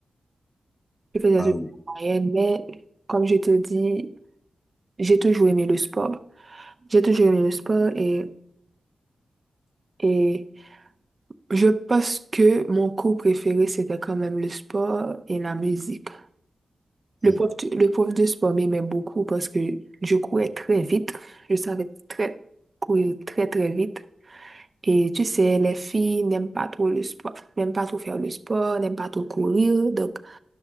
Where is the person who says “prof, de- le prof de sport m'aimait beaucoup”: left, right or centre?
Right